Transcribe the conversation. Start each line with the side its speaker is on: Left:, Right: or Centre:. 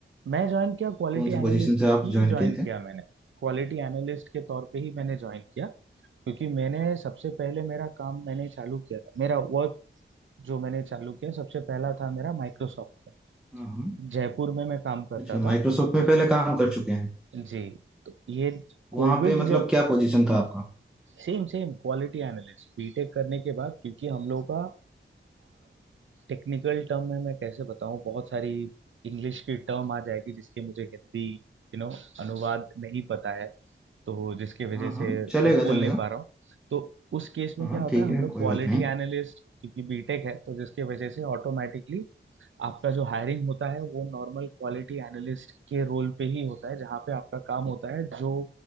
Right: मैं ज्वाइन किया क्वालिटी
Centre: कौन से
Right: एनालिस्ट
Centre: पोजीशन से आप
Right: ही
Centre: ज्वाइन
Right: ज्वाइन
Centre: किए थे
Right: किया मैंने क्वालिटी एनालिस्ट के तौर पे ही मैंने ज्वाइन किया क्योंकि मैंने सबसे पहले मेरा काम मैंने चालू किया था मेरा वर्क जो मैंने चालू किया सबसे पहला था मेरा माइक्रोसॉफ्ट
Centre: हाँ हाँ।
Right: में जयपुर में मैं काम करता
Centre: अच्छा
Right: था
Centre: माइक्रोसॉफ्ट में पहले काम कर चुके हैं
Right: जी तो ये कोविड
Centre: वहाँ पे मतलब
Right: जब
Centre: क्या पोजीशन था आपका
Right: same same quality analyst BTech करने के बाद क्योंकि हम लोग का टेक्निकल टर्म में मैं कैसे बताऊं बहुत सारी इंग्लिश की टर्म आ जाएगी जिसके मुझे हिंदी यू नो अनुवाद नहीं पता है तो जिसकी वजह
Centre: हाँ
Right: से
Centre: हाँ चलेगा
Right: मैं बोल
Centre: चलेगा
Right: नहीं पा रहा हूँ तो उस केस में
Centre: हाँ
Right: क्या
Centre: हाँ,
Right: होता
Centre: ठीक
Right: है हम
Centre: है
Right: लोग
Centre: कोई
Right: क्वालिटी
Centre: बात नहीं
Right: एनालिस्ट क्योंकि बीटेक है तो जिसकी वजह से ऑटोमेटिकली आपका जो हायरिंग होता है वो नॉर्मल क्वालिटी एनालिस्ट के रोल पे ही होता है जहाँ पे आपका काम होता है जो